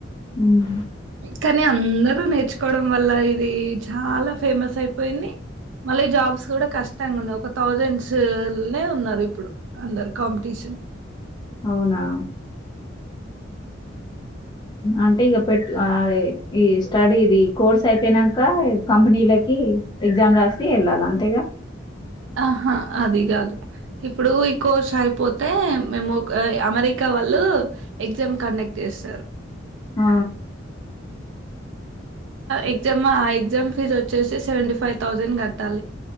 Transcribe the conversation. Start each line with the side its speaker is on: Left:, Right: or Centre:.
Left: హ్మ్.
Right: కానీ అందరు నేర్చుకోవడం వల్ల ఇది చాలా ఫేమస్ అయిపోయింది మళ్ళీ జాబ్స్ కూడా కష్టంగా ఉన్నాయి ఒక థౌజండ్స్నే ఉన్నారు ఇప్పుడు అందరు కాంపిటీషన్ న్
Left: అవునా అంటే ఇక పెట్ ఈ స్టడీది కోర్స్ అయిపోయినాక కంపెనీకి ఎక్జామ్ రాస్తి వెళ్లాలే అంతేగా
Right: ఆహా అది కాదు ఇప్పుడు ఈ కోర్సు అయిపోతే మేము అమెరికా అమెరికా వాళ్లు ఎగ్జామ్ కండక్ట్ చేస్తారు
Left: ఆ
Right: ఎగ్జామ్ ఎగ్జామ్ ఫీజ్ వచ్చేసి సెవెంటీ ఫైవ్ థౌజండ్ కట్టాలి